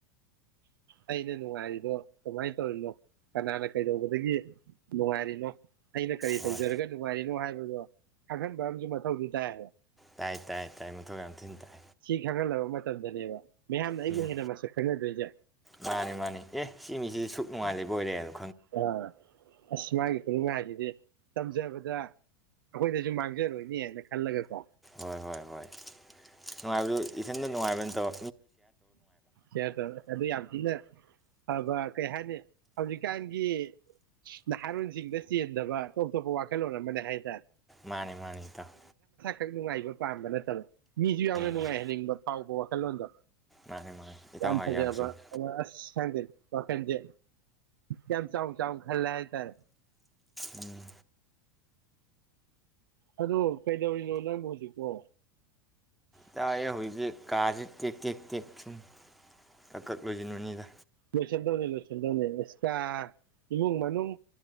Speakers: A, on the right; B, in the centre.
A: ꯑꯩꯅ ꯅꯨꯡꯉꯥꯏꯔꯤꯗꯣ ꯀꯃꯥꯏꯅ ꯇꯧꯔꯤꯅꯣ ꯀꯅꯥꯅ ꯀꯩꯗꯧꯕꯗꯒꯤ ꯅꯨꯡꯉꯥꯏꯔꯤꯅꯣ ꯑꯩꯅ ꯀꯔꯤ
B: ꯍꯣꯏ
A: ꯇꯧꯖꯔꯒ ꯅꯨꯡꯉꯥꯏꯔꯤꯅꯣ ꯍꯥꯏꯕꯗꯣ ꯈꯪꯍꯟꯕ ꯑꯃꯁꯨ ꯃꯊꯧꯗꯤ ꯇꯥꯏꯌꯦꯕ
B: ꯇꯥꯏ ꯇꯥꯏ ꯇꯥꯏ ꯃꯊꯧ ꯌꯥꯝ ꯊꯤꯅꯥ ꯇꯥꯏ
A: ꯁꯤ ꯈꯪꯍꯜꯂꯕ ꯃꯇꯝꯗꯅꯦꯕ ꯃꯤꯌꯥꯝꯅ ꯑꯩꯕꯨ
B: ꯎꯝ
A: ꯍꯦꯟꯅ ꯃꯁꯛ ꯈꯪꯅꯗꯣꯏꯁꯦ
B: ꯃꯥꯅꯤ ꯃꯥꯅꯤ ꯑꯦ ꯁꯤꯃꯤꯁꯤ ꯁꯨꯨꯞ ꯅꯨꯡꯉꯥꯏꯅ ꯂꯩꯕꯨ ꯕꯣꯏꯔꯦꯅ
A: ꯀꯅꯥꯅ ꯑꯁ ꯃꯥꯒꯤ ꯈꯨꯅꯨꯡ ꯍꯥꯏꯁꯤꯗꯤ ꯇꯝꯖꯕꯗ ꯑꯩꯈꯣꯏꯗꯁꯨ ꯃꯥꯡꯖꯔꯣꯏꯅꯦꯅ ꯈꯜꯂꯒꯀꯣ
B: ꯍꯣꯏ ꯍꯣꯏ ꯍꯣꯏ ꯅꯨꯡꯉꯥꯏꯕꯗꯨ ꯏꯊꯟꯗ ꯅꯨꯡꯉꯥꯏꯕ ꯅꯥꯇꯕ
A: ꯀꯥꯌꯥ ꯇꯧꯅꯤꯡꯉꯛꯑꯥꯗꯤ ꯌꯥꯝ ꯊꯤꯅꯥ ꯑꯕ ꯀꯩ ꯍꯥꯏꯅꯤ ꯍꯧꯖꯤꯛꯀꯥꯟꯒꯤ ꯅꯍꯥꯔꯣꯟꯁꯤꯡꯗ ꯆꯦꯟꯗꯕ ꯑꯣꯞꯇꯣꯞꯄ ꯋꯥꯈꯜꯂꯣꯟ ꯑꯃꯅꯦ ꯍꯥꯏꯇꯥꯔꯦ
B: ꯃꯥꯅꯤ ꯃꯥꯅꯤ ꯏꯇꯥꯑꯣ
A: ꯁꯛ ꯅꯨꯡꯉꯥꯏꯕ ꯄꯥꯝꯕ ꯅꯠꯇꯕ ꯃꯤꯁꯨ ꯌꯥꯝꯅ ꯅꯨꯡꯉꯥꯏꯍꯟꯅꯤꯡꯕ
B: ꯃꯥꯅꯤ
A: ꯐꯥꯎꯕ ꯋꯥ ꯀꯜꯣꯟꯗ
B: ꯃꯥꯅꯤ ꯃꯥꯅꯤ ꯏꯇꯥꯎ
A: ꯌꯥꯝꯝ
B: ꯍꯥꯏ
A: ꯐꯖꯕꯥ
B: ꯌꯥꯝ ꯆꯨꯝꯃꯤ
A: ꯑ ꯑꯁ ꯈꯪꯗꯦ ꯋꯥꯈꯜꯁꯤ ꯌꯥꯝ ꯆꯥꯎꯅ ꯆꯥꯎꯅ ꯈꯥꯜꯂꯦ ꯍꯥꯏ ꯇꯥꯔꯦ
B: ꯎꯝ
A: ꯑꯗꯨ ꯀꯩꯗꯧꯔꯤꯅꯣ ꯅꯪꯕꯨ ꯍꯧꯖꯤꯛꯄꯣ
B: ꯇꯥꯏꯌꯦ ꯍꯧꯖꯤꯛꯇꯤ ꯀꯥꯁꯦ ꯇꯦꯛ ꯇꯦꯛ ꯇꯦꯛ ꯁꯨꯝ ꯀꯛꯀꯛꯂꯣꯏꯖꯤꯜꯕꯅꯤꯅꯥ
A: ꯂꯣꯏꯁꯟꯗꯧꯅꯤ ꯂꯣꯏꯁꯤꯟꯗꯧꯅꯤ ꯑꯦꯁ ꯀꯥ ꯏꯃꯨꯡ ꯃꯅꯨꯡ